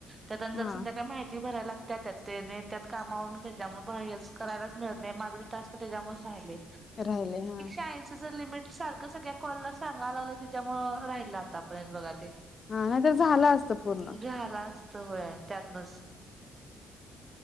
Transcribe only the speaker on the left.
हा
राहिले हा
हा नाही तर झालं असतं पूर्ण.